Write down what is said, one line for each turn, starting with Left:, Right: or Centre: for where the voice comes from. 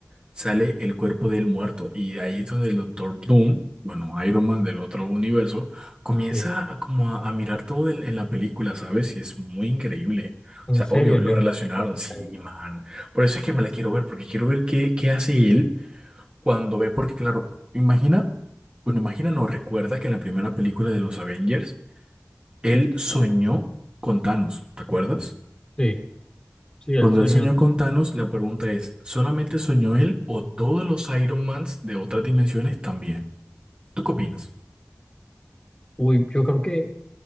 Right: sale el cuerpo del muerto y de ahí es donde el Doctor Doom, bueno, Iron Man del otro universo, comienza
Left: Sí.
Right: a, como a, a mirar todo el- en la película, ¿sabes? Y es muy increíble. O
Left: En
Right: sea,
Left: serio,
Right: obvio,
Left: yo
Right: lo relacionaron,
Left: no he visto ese
Right: sí,
Left: trailer.
Right: man. Por eso es que me la quiero ver, porque quiero ver qué, qué hace él cuando ve, porque claro, imagina, bueno, imagina, no, recuerda que en la primera película de los Avengers, él soñó con Thanos, ¿te acuerdas?
Left: Sí, sí, el
Right: Cuando
Left: sueño.
Right: él soñó con Thanos, la pregunta es, ¿solamente soñó él o todos los Iron Mans de otras dimensiones también? ¿Tú qué opinas?
Left: Uy, yo creo que